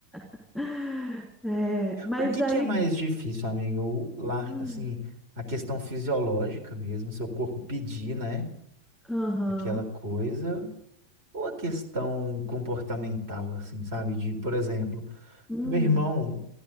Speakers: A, in the centre; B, on the right.
A: <laughs> É, mas
B: O que
A: aí.
B: que é mais difícil, amiga? O, lá,
A: Hum,
B: assim, a questão fisiológica mesmo, seu corpo pedir, né?
A: aham.
B: Aquela coisa. Ou a questão comportamental, assim, sabe? De, por exemplo,
A: hum,
B: meu irmão,